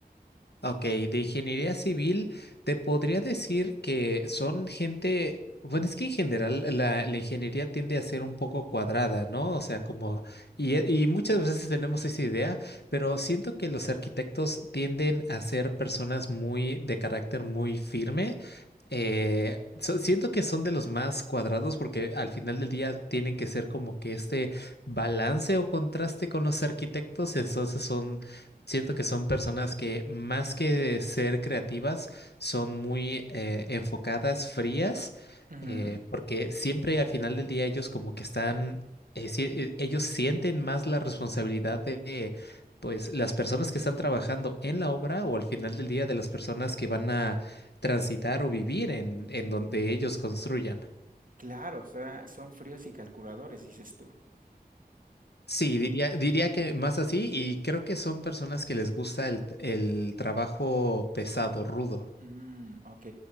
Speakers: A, on the left (about 90°); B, on the right (about 55°).
A: Ok, de ingeniería civil, te podría decir que son gente, bueno, es que en general la, la ingeniería tiende a ser un poco cuadrada, ¿no? O sea, como, y, y muchas veces tenemos esa idea, pero siento que los arquitectos tienden a ser personas muy, de carácter muy firme. Eh, so- siento que son de los más cuadrados porque al final del día tienen que ser como que este balance o contraste con los arquitectos, entonces son Siento que son personas que más que ser creativas, son muy eh, enfocadas, frías,
B: Ujú,
A: eh, porque siempre al final del día ellos como que están, eh, si- eh, ellos sienten más la responsabilidad de, pues, las personas que están trabajando en la obra o al final del día de las personas que van a transitar o vivir en, en donde ellos construyan.
B: Claro, o sea, son fríos y calculadores, dices tú.
A: Sí, diría, diría que más así y creo que son personas que les gusta el el trabajo pesado, rudo.
B: Mm, ok,